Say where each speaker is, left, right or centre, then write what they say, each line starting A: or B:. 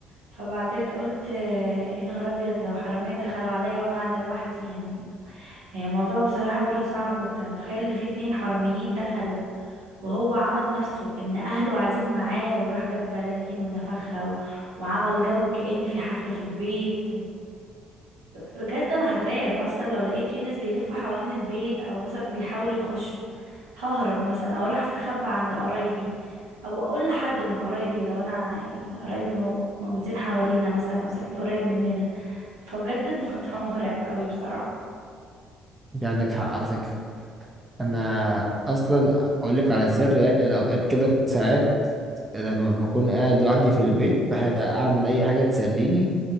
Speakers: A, on the right; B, on the right.
A: فبعدين قلت آه، يا نهار ابيض لو حرامية دخلوا عليا وانا قاعدة لوحدي يعني آه، الموضوع بصراحة برضو صعب انت متخيل ان في اتنين حراميين دخلوا وهو عمل نفسه ان اهله قاعدين معاه وراح جاب بلالين ونفخها و... وعمل جو كأن في حفلة في البيت بجد انا هترعب اصلا لو لقيت في ناس بيلفوا حوالين البيت او مثلا بيحاولوا يخشوا ههرب مثلا او اروح استخبى عند قرايبي او اقول لحد من قرايبي لو انا يعني قرايبي مو- موجودين حوالينا مثلا او ساكنين قريب مننا فبجد الموضوع <laughs> مرعب قوي بصراحة
B: انت عندك حق على فكرة انا اصلا اقول لك على سر يعني انا اوقات كده ساعات لما بكون قاعد لوحدي في البيت بحب اعمل اي حاجة تسليني